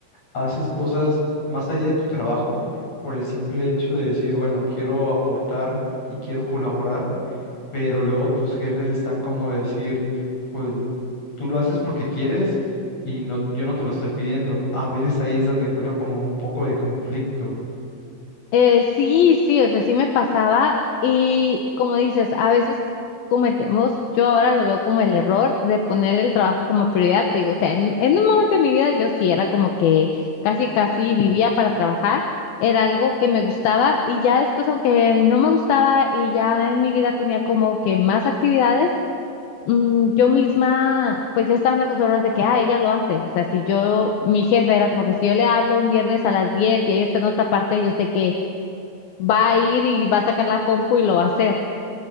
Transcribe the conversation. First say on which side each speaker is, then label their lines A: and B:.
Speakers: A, on the left (about 35°); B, on the left (about 65°).
A: haces cosas más allá de tu trabajo por el simple hecho de decir, bueno, quiero aportar y quiero colaborar pero luego tus jefes están como decir, pues tú lo haces porque quieres y no, yo no te lo estoy pidiendo. A veces ahí es donde encuentro como un poco de conflicto,
B: Eh, sí, sí, o sea, sí me pasaba y como dices, a veces cometemos, yo ahora lo veo como el error de poner el trabajo como prioridad, te digo, o sea, en, en un momento de mi vida yo sí era como que casi, casi vivía para trabajar, era algo que me gustaba y ya después, aunque no me gustaba y ya en mi vida tenía como que más actividades, mm, yo misma, pues ya estaban acostumbradas de que, ah, ella lo hace. O sea, si yo, mi jefe era como que si yo le hablo un viernes a las 10 y ella está en otra parte, yo sé que va a ir y va a sacar la compu y lo va a hacer.